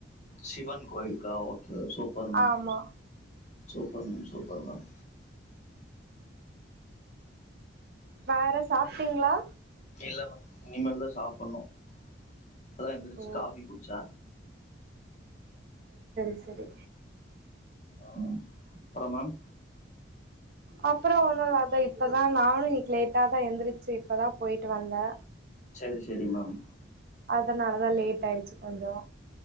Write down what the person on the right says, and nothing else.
ஆமா
வேற சாப்புட்டீங்களா
ஓ
சேரி
அப்புற ஒண்ணு இத இப்பதா நானு இன்னைக்கு லேட்டா தா எழுந்திரிச்சு இப்பதா போயிட்டு வந்தே
அதனாலதா லேட் ஆயிடுச்சு கொஞ்சோ